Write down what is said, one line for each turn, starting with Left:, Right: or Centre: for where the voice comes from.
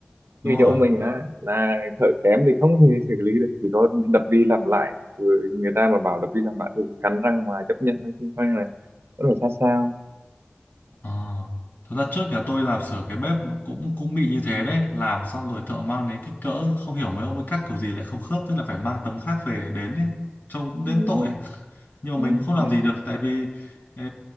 Right: như
Left: Đúng rồi.
Right: chỗ mình là là thợ kém thì không thể xử lý được chỉ có đập đi làm lại rồi người ta mà bảo đập đi làm lại thường cắn răng mà chấp nhận thôi chứ coi như là có thể sát sao
Left: Ờ. Thật ra trước nhà tôi làm sửa cái bếp cũng cũng bị như thế đấy làm xong rồi thợ mang đến kích cỡ không hiểu mấy ông ấy cắt kiểu gì lại không khớp thế là phải mang tấm khác về đến ấy. Trông cũng
Right: ừ,
Left: đến tội
Right: đúng rồi
Left: <laughs> nhưng
Right: ừ,
Left: mà mình cũng không
Right: đấy
Left: làm gì được tại vì ê,